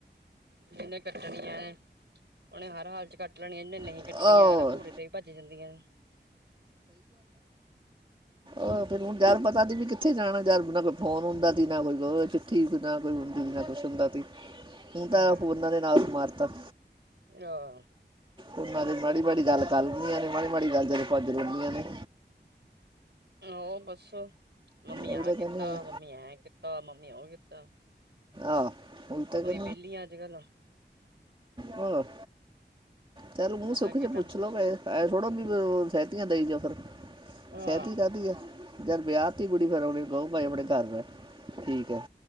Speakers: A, on the right; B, on the right.
A: ਜਿਹਨੇ ਉਹਨੇ ਹਰ ਹਾਲ ਚ ਕੱਟ ਲੈਣਾ। ਨਹੀਂ
B: ਉਹ
A: ਕੱਟਣੀਆਂ ਘੂਰੇ ਤੇ ਵੀ ਭੱਜ ਜਾਂਦੀਆਂ। ਨੇ
B: ਆਹ ਫਿਰ ਹੁਣ ਯਾਰ ਪਤਾ ਤ ਵੀ ਕਿੱਥੇ ਜਾਣਾ ਯਾਰ ਕੋਈ ਫੋਨ ਹੁੰਦਾ ਸੀ ਨਾ ਕੋਈ ਚਿੱਠੀ ਨਾ ਕੋਈ ਹੁੰਦੀ ਸੀ ਨਾ ਕੁਛ ਹੁੰਦਾ ਸੀ। ਹ ਤਾਂ
A: ਹਾਂ
B: ਉਹਨਾਂ ਦੇ ਨਾਲ ਮਾਰ ਤਬ
A: ਆਹ
B: ਉਹਨਾਂ ਦੀ ਮਾੜੀ ਮਾੜੀ ਗੱਲ ਕਰ ਲੈਂਦੀ ਨੇ ਮਾੜੀ, ਮਾੜੀ ਗੱਲ ਜਦੋਂ ਭੱਜ ਲੈਂਦੀ ਨੇ।
A: ਆਹ ਬੱਸ ਮੰਮੀ
B: ਉਹ
A: ਆ
B: ਤਾਂ ਕਹਿੰਦੀ
A: ਕੀਤਾ,
B: ਆ
A: ਮੰਮੀ ਐਂ ਕੀਤਾ, ਮੰਮੀ ਉਹ ਕੀਤਾ। ਤਾਂ।
B: ਆਹ ਉਲਟ ਗ
A: ਵਿਹਲੀਆਂ ਅੱਜ ਕੱਲ
B: ਹੋ ਚੱਲੋ ਮੂੰ ਸੁਖ
A: ਅੱਗੇ
B: ਤੋਂਚ
A: ਤਾਂ
B: ਪੁੱਛ ਲ ਲੋ ਕ ਐ ਥੋੜੋ ਵੀ ਸਹਿਤੀਆਂ ਦਈ ਜਾ ਫਿਰ
A: ਆਹ
B: ਸਹਿਤੀ ਕਾਹਦੀ ਹੈ। ਯਾਰ ਵਿਆਹ ਤੇ ਕੁੜੀ ਫੇਿਰ ਆਉਣੀ ਕਹੋ ਭਾਈ ਆਪਣੇ ਘਰ ਠੀਕ ਹੈ।